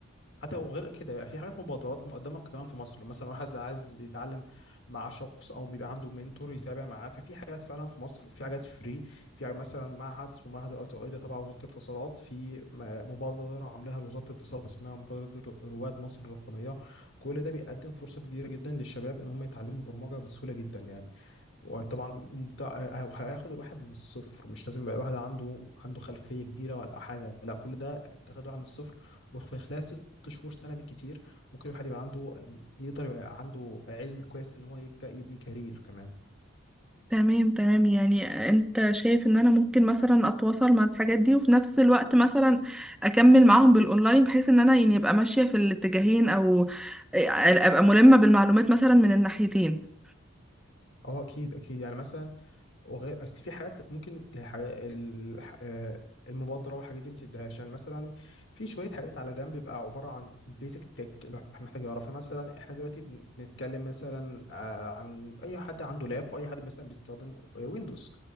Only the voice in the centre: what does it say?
تمام تمام يعني انت شايف ان انا ممكن مثلا اتواصل مع الحاجات دي وفي نفس الوقت مثلا اكمل معاهم بالاونلاين بحيث ان انا يعني ابقى ماشية في الاتجاهين او آه، ابقى ملمة بالمعلومات مثلا من الناحيتين